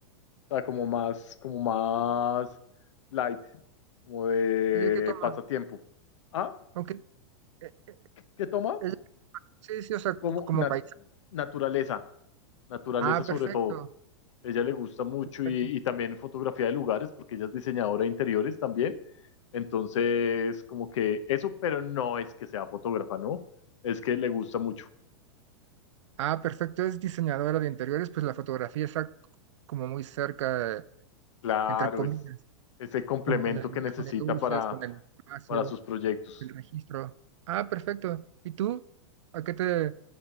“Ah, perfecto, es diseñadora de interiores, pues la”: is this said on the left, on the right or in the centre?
Right